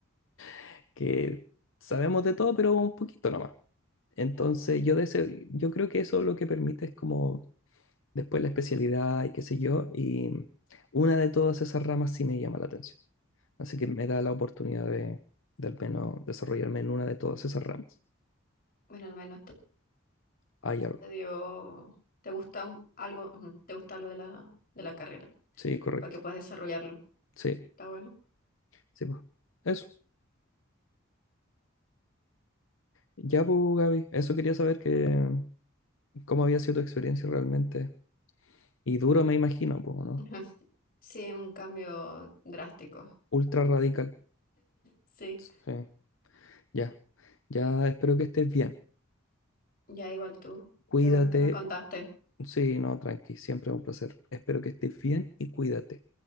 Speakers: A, on the left; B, on the left.
A: <laughs> que sabemos de todo, pero un poquito nomás. Entonces, yo, de ese- yo creo que eso lo que permite es como después la especialidad y qué sé yo, y una de todas esas ramas sí me llama la atención. Así que me da la oportunidad de, de al menos desarrollarme en una de todas esas ramas.
B: bueno, al menos te
A: Hay algo.
B: te dio, te gusta un- algo, ujú, te gusta algo de la, de la carrera,
A: Sí, correcto.
B: para que puedas desarrollarlo.
A: Sí,
B: ¿Está bueno?
A: sí, pues. Eso. Ya, pues, Gaby, eso quería saber que cómo había sido tu experiencia realmente. Y duro me imagino, pues, ¿no?
B: <laughs> Sí, un cambio drástico.
A: Ultra radical.
B: Sí,
A: Sí, ya. Ya espero que estés bien.
B: ya igual tú.
A: Cuídate
B: Qué bueno que me contaste.
A: Sí, no, tranqui, siempre un placer. Espero que estés bien y cuídate.